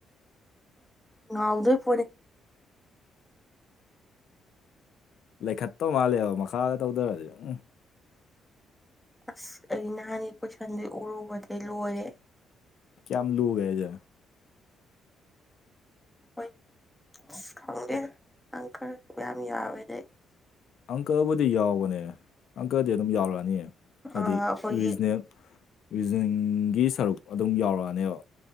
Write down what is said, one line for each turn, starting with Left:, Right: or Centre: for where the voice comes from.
Centre: ꯉ ꯎꯗ ꯐꯣꯅꯦ
Left: ꯂꯩꯈꯠꯇꯧ ꯃꯥꯜꯂꯦꯕ ꯃꯈꯥꯗ ꯇꯧꯗꯔꯗꯤ ꯎꯝ
Centre: ꯑꯁ ꯑꯩ ꯅꯍꯥꯟꯒꯤ ꯀꯣꯏꯁꯟꯗꯨ ꯎꯔꯨꯕꯗꯒꯤ ꯂꯣꯏꯔꯦ
Left: ꯀꯌꯥꯝ ꯂꯨꯒꯦꯖꯦ
Centre: ꯍꯣꯏ ꯈꯪꯗꯦ ꯑꯪꯀꯔ ꯔꯝ ꯌ ꯑꯣꯏ
Left: ꯑꯪꯀꯕꯨꯗꯤ ꯌꯥꯎꯕꯅꯦ ꯑꯪꯀꯗꯤ ꯑꯗꯨꯝ ꯌꯥꯎꯔꯛꯑꯅꯤ ꯍꯥꯏꯗꯤ
Centre: ꯑ ꯑꯩꯈꯣꯏꯒꯤ
Left: ꯔꯤꯖꯅꯦꯜ ꯔꯤꯖꯅꯦꯜꯒꯤ ꯁꯔꯨꯛ ꯑꯗꯨꯝ ꯌꯥꯎꯔꯛꯑꯅꯦꯕ